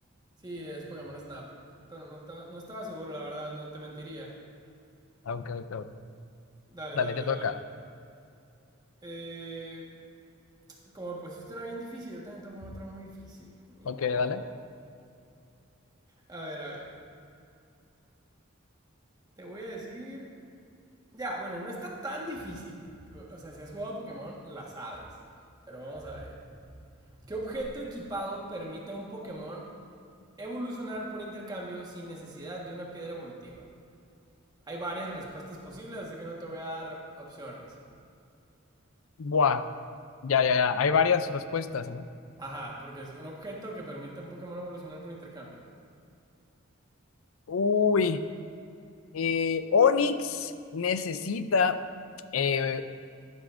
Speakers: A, on the right; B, on the left.
A: Sí, es Pokémon Snap. Pero no estaba, no estaba seguro, la verdad, no te mentiría.
B: Ah, ok, ok, ok.
A: Dale,
B: Dale,
A: dale,
B: te toca.
A: dale. Eh, Como me pusiste una bien difícil, yo también te voy a poner otra muy difícil. Ni
B: Ok,
A: modo.
B: dale.
A: A ver, a ver. Te voy a decir. Ya, bueno, no está tan difícil. O sea, si has jugado Pokémon, la sabes. Pero vamos a ver. ¿Qué objeto equipado permite a un Pokémon evolucionar por intercambio sin necesidad de una piedra evolutiva? Hay varias respuestas posibles, así que no te voy a dar opciones.
B: Buah. Ya, ya, ya. Hay varias respuestas, ¿no?
A: Ajá, porque es un objeto que permite a un Pokémon evolucionar por intercambio.
B: Uy. Eh, Onix necesita. eh,